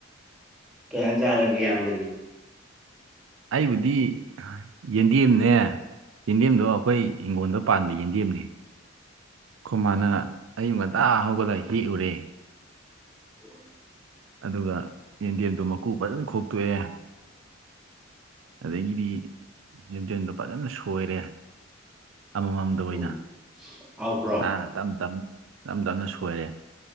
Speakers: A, in the centre; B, on the right (about 75°).
A: ꯀꯩ ꯁꯥꯡ ꯆꯥꯔꯒꯦ ꯏꯌꯥꯝꯕꯗꯤ
B: ꯑꯩꯕꯨꯗꯤ ꯌꯦꯟꯗꯦꯝꯅꯦ ꯌꯦꯟꯗꯦꯝꯗꯣ ꯑꯩꯈꯣꯏ ꯍꯤꯡꯒꯣꯜꯗ ꯄꯥꯟꯕ ꯌꯦꯟꯗꯦꯝꯅꯦ ꯑꯈꫭꯏ ꯃꯥꯅ ꯑꯌꯨꯛ ꯉꯟꯇꯥ ꯍꯧꯒꯠꯂ ꯍꯦꯛꯎꯔꯦ
A: ꯎꯝ <unintelligible>
B: ꯑꯗꯨꯒ ꯌꯦꯟꯗꯦꯝꯗꯣ ꯃꯀꯨ ꯐꯖꯅ ꯈꯣꯛꯇꯣꯛꯑꯦ ꯑꯗꯒꯤꯗꯤ ꯌꯦꯟꯗꯦꯝꯗꯣ ꯐꯖꯅ ꯁꯣꯏꯔꯦ ꯑꯃꯃꯝꯗ ꯑꯣꯏꯅ
A: ꯎꯝ ꯍꯥꯎꯕ꯭ꯔꯣ
B: ꯅꯥꯟꯅ ꯇꯝ ꯇꯝ ꯇꯝ ꯇꯝꯅ ꯁꯣꯏꯔꯦ